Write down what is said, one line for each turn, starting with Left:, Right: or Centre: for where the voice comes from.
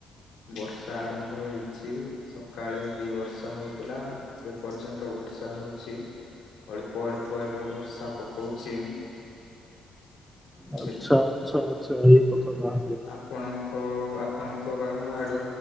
Left: ବର୍ଷା ଆରମ୍ଭ ହେଇଛି। ସକାଳେ ବି ବର୍ଷା ହଉଥିଲା ଏବେ ପର୍ଯ୍ୟନ୍ତ ବର୍ଷା ହଉଛି। ଅଳ୍ପ ଅଳ୍ପ ଏବେ ବର୍ଷା ପକଉଛି। ବୁଝିଲେ
Centre: ଆଚ୍ଛା ଆଚ୍ଛା ଆଚ୍ଛା ଏଇ କଥାଟା।
Left: ଆପଣଙ୍କ। ଆପଣଙ୍କ ବା ଆଡୁ